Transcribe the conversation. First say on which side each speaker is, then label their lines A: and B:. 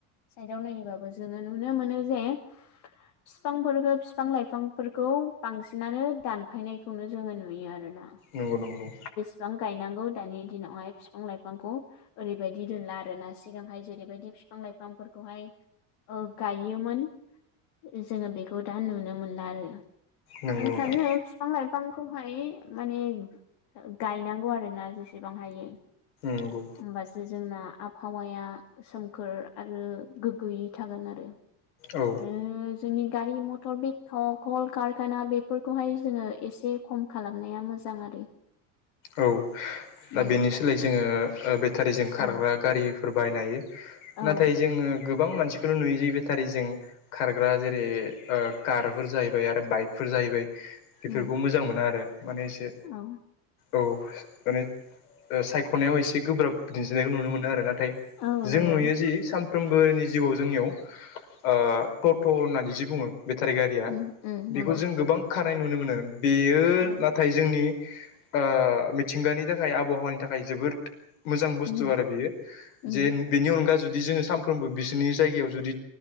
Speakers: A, on the left; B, on the left.
A: साइदाव नायोबाबो जोङो नुनो मोनो जे बिफांफोरखौ बिफां- लाइफांफोरखौ बांसिनानो दानफायनायखौनो जोङो नुयो आरोना
B: नंगौ नंगौ
A: बिफां गायनांगौ दानि दिनावहाय बिफां- लाइफांखौ ओरैबायदि दोनला आरो ना सिगांहाय जेरैबायदि बिफां- लाइफांफोरखौहाय गायोमोन जोङो बेखौ दा नुनो मोनला आरो
B: नंगौ
A: आं
B: नोंथां
A: सानो बिफां- लाइफांखौहाय माने गायनांगौ आरोना जेसेबां हायो
B: नंगौ
A: होमबासो जोंना आबहावाया सोमखोर आरो गोग्गोयै थागोन आरो
B: औ
A: ओ जोंनि गारि मथर बे कल कारखाना बेफोरखौहाय जोङो एसे खम खालामनाया मोजां आरो।
B: औ
A: उम
B: दा बेनि सोलाय जोङो ओ बेटारिजों खारग्रा
A: औ
B: गारिफोर बायनो हायो। नाथाय
A: औ
B: जोङो गोबां मानसिखौल' नुयो जि बेटारि जों खारग्रा जेरै ओ कारफोर जाहैबाय आरो बाइकफोर जाहैबाय बेफोरखौ
A: उम
B: मोजां मोना आरो माने एसे
A: औ
B: औ माने ओ सायख'नायाव एसे गोब्राब दिन्थिनायखौ नुनो मोनो आरो नाथाय
A: औ
B: जों
A: नंगौ
B: नुयो जि साम फ्रोमबोनि जिउआव जोंनियाव ओ ट'ट' होननानै जि बुङो बेटारि गारिया
A: उम उम नंगौ
B: बेखौ जों गोबां खारनाय नुनो मोनो बेयो
A: औ
B: नाथाय जोंनि ओ मिथिंगानि थाखाय आबहावानि थाखाय जोबोद मोजां बुस्थु
A: उम
B: आरो बेयो
A: उम
B: जे बेनि अनगा जुदि जोङो सामफ्रोमबो बिसिनि जायगायाव जुदि